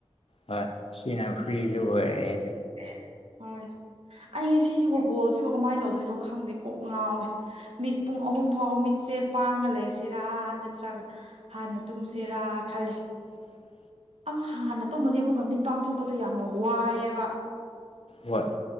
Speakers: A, on the left (about 70°); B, on the right (about 80°).
A: ꯍꯣꯏ ꯁꯤꯤꯅꯥ ꯐ꯭ꯔꯤꯖ ꯑꯣꯏ
B: ꯍ ꯑꯗꯨ ꯍꯣꯏ ꯑꯩ ꯉꯁꯤꯁꯤꯕ ꯕꯣꯜꯁꯤꯕꯨ ꯀꯃꯥꯏꯅ ꯇꯧꯗꯣꯏꯅꯣ ꯈꯪꯗꯦ ꯀꯣꯛ ꯉꯥꯎꯋꯦ ꯃꯤꯠ ꯄꯨꯡ ꯑꯍꯨꯝ ꯐꯥꯎ ꯃꯤꯠꯁꯦ ꯄꯥꯡꯉ ꯂꯩꯁꯤꯔꯥ ꯅꯠꯇ꯭ꯔꯒ ꯍꯥꯟꯅ ꯇꯨꯝꯁꯤꯔꯥ ꯈꯦ
A: ꯎ
B: ꯑ ꯍꯥꯟꯅ ꯇꯨꯝꯃꯗꯤ ꯑꯃꯨꯛꯀ ꯃꯤꯠ ꯄꯥꯡꯊꯣꯛꯄꯗꯣ ꯌꯥꯝꯅ ꯋꯥꯏꯑꯦꯕ
A: ꯍꯣꯏ